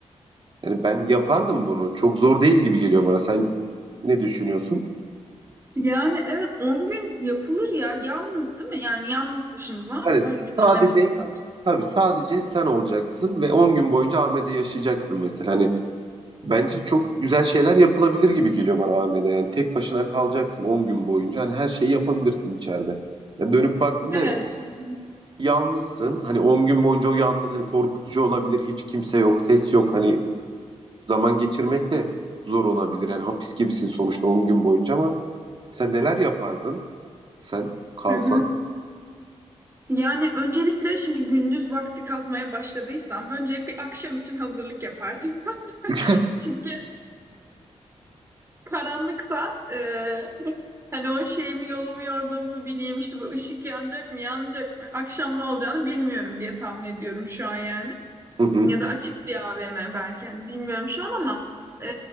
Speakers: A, on the right; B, on the right.
A: Yani ben yapardım bunu. Çok zor değil gibi geliyor bana. Sen ne düşünüyorsun?
B: Yani evet 10 gün yapılır ya. Yalnız değil mi? Yani yalnız başımıza
A: Hani
B: 10 gün AVM'de
A: sadece
B: kalacağız.
A: tabii sadece sen olacaksın ve 10 gün boyunca Ahmet'e yaşayacaksın mesela. Hani bence çok güzel şeyler yapılabilir gibi geliyor bana Ahmet'e. Yani tek başına kalacaksın 10 gün boyunca. Hani her şeyi yapabilirsin içeride. Ya dönüp baktığında
B: Evet.
A: evet
B: Hı hı.
A: yalnızsın. Hani 10 gün boyunca o yalnız hani korkutucu olabilir. Hiç kimse yok, ses yok. Hani zaman geçirmek de zor olabilir. Yani hapis gibisin sonuçta 10 gün boyunca ama sen neler yapardın? Sen kalsan.
B: Hı hı. Yani öncelikle şimdi gündüz vakti kalkmaya başladıysam öncelik bir akşam için hazırlık yapardım.
A: <laughs>
B: <laughs> Çünkü karanlıkta e, <laughs> hani o şeyimi yolumu yorduğumu bileyim işte bu ışık yanacak mı yanmayacak mı akşam ne olacağını bilmiyorum diye tahmin ediyorum şu an yani.
A: Hı hı.
B: Ya da açık bir AVM belki hani bilmiyorum şu an ama e,